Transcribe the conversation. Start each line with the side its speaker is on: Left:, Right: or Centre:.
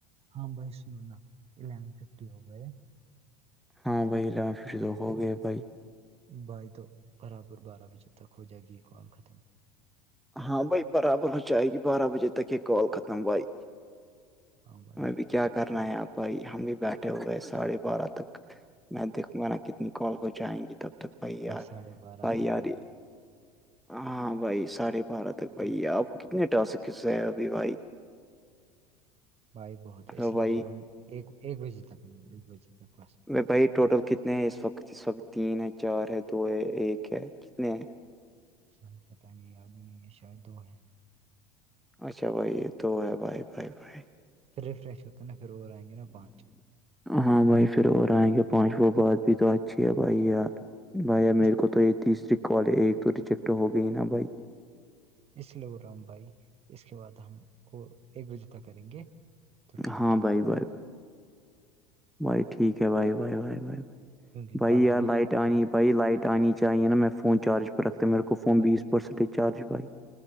Right: ہاں بھائی سنو نا الیون ففٹی ہو گئے
Centre: ہاں بھائی لافش تو ہو گئے بھائی
Right: بائی تو برابر بارہ بجے تک ہو جائے گی یہ کال ختم
Centre: ہاں بھائی برابر ہو جائے گی بارہ بجے تک یہ کال ختم بھائی
Right: ہاں بھائی
Centre: ہم بھی کیا کرنا ہے آپ بھائی ہم بھی بیٹھے ہوئے ہیں ساڑھے بارہ تک میں دیکھوں گا نا کتنی کال ہو جائیں گی تب تک بھائی یار
Right: ساڑھے بارہ
Centre: بھائی
Right: تک
Centre: یار
Right: نہیں تھا
Centre: ہاں بھائی ساڑھے بارہ تک بھائی آپ کو کتنے ٹاس کسے ہے ابھی بھائی
Right: بھائی بہت ہے
Centre: ہلو
Right: اس لیے
Centre: بھائی
Right: بول رہا ہوں ایک بجے تک ایک بجے تک فسٹ
Centre: بھائی ٹوٹل کتنے ہیں اس وقت اس وقت تین ہے چار ہے دو ہے ایک ہے کتنے ہیں
Right: بائی پتہ نہیں آج ہی نہیں ہے شاید دو ہے
Centre: اچھا بھائی یہ د ہے بائے بائے بائے
Right: پھر رفریش ہوتے ن پھر آیں گے باندھ
Centre: ہاں بھائی پھر اور آئیں گے پانچ وہ بعات بھی تو اچھی ہے بھائی یار بھائی میرے
Right: اس
Centre: کو تو یہ تیسری کال ایک تو ریجیکٹ ہو گئی نا بھائی
Right: اس لیے وہ رام بھائی اس کے بعد ہم وہ ایک بجے تک کریں گے تو ٹھیک
Centre: ہاں
Right: ہے ایک
Centre: بھائی
Right: بجے
Centre: بھائی بھائی ٹھیک ہے بھائی بائی بائی بائی بائی
Right: کیونکہ
Centre: بھائی
Right: کل
Centre: یار
Right: بھی
Centre: لائٹ آنی بھائی لائٹ آنی چاہیے نا فون چارج رکھتا میرے کو فون
Right: بھائی
Centre: بیسسینٹ چارج پائی